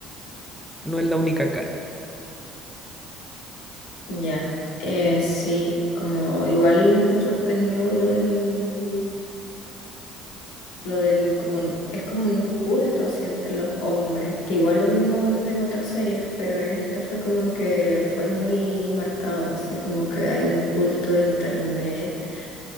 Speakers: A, in the centre; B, on the left (about 75°).
A: No es la única cara. <laughs>
B: ya. Eh, sí, como igual me sorprendió lo del, lo del, como, es como un culto así entre los hombres, que igual lo vimos en otras series, pero en esta fue como que fue muy marcado, así como que hay un culto de internet.